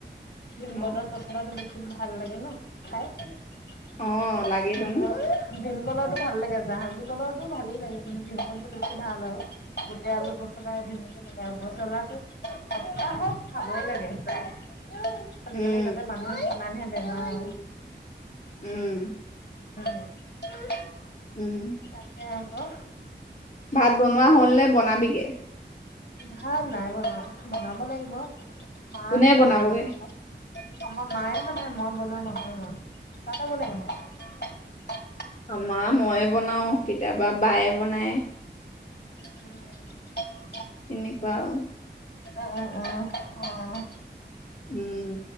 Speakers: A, on the left; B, on the left.
A: ভীম
B: অ
A: কলৰ পচলাটো বেছি ভাল লাগে ন' খাই? <unintelligible>
B: অ লাগেতোন
A: কলৰটো ভাল লাগে, জাহাজী কলৰটো ভালেই লাগে, কিন্তু ভীম কলটো বেছি ভাল আৰু গোটেই আলু পচলা ধুনীয়াকে <unintelligible> পচলাটো সপ্তাহত খাবই লাগে প্ৰায়। এ আজিকালি
B: উম
A: তাতে মানুহে মানহে বেমাৰ।
B: উম।
A: হয়।
B: উম।
A: তাকে আকৌ।
B: ভাত বনোৱা হ'ল নে বনাবিগে?
A: ভাত নাই বনোৱা, বনাব লাগিব। মা
B: কোনে
A: আছে
B: বনাবগে
A: মায়ে বনাব। আমাৰ মায়ে বনাই মই বনোৱা নহয়, তহঁতৰ কোনে বনাই?
B: অ', মা ময়ে বনাওঁ কেতিয়াবা বায়ে বনায়।
A: উম।
B: তেনে কওঁ
A: অ', অ', অ', অ'।
B: উম